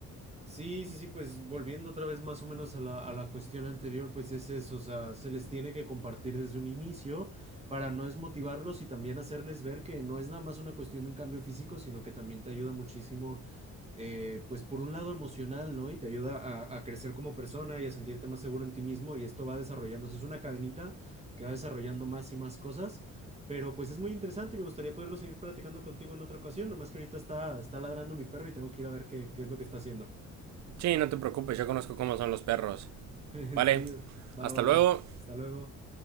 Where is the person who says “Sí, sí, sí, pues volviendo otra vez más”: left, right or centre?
Right